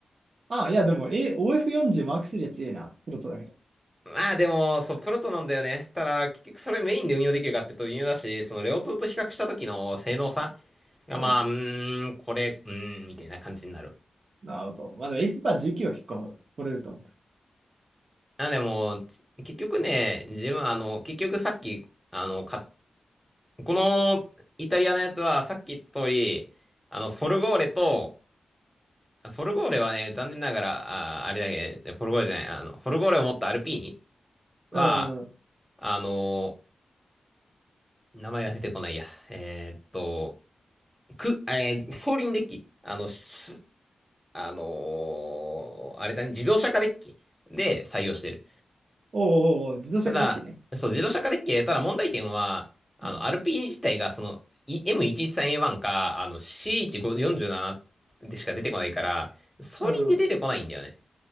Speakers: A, on the right; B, in the centre.
A: あ、いや、でも、え、OF40 マーク3は強いな。プロトだけど。
B: まあでも、そう、プロトなんだよね。ただ、結局それメインで運用できるかっていうと微妙だし、そのレオ2と比較した時の性能差が、
A: うん。
B: まあ、うーん、これ、うーん、みたいな感じになる。
A: なるほど。まあ、でも、エイパー19は結構掘れると思
B: あ、でも、結局ね、自分、あの、結局さっき、あの、か、このイタリアのやつはさっき言った通り、あの、フォルゴーレと、フォルゴーレはね、残念ながら、あ、あれだけ、じゃフォルゴーレじゃない、あの、フォルゴーレを持ったアルピーニは、
A: う。うん。おう
B: あの名前が出てこないや。えーっと、く、えー、総輪デッキ。あの、す、あのーあれだね、自動車化デッキで採用してる。
A: おうおう、自動車デッキね。
B: ただ、そう、自動車化デッキ、ただ問題点は、あの、
A: うん。
B: アルピーニ自体が、その、い M113A1 か、あの、C1547 でしか出てこないから、総輪で出てこないんだよね。
A: うん。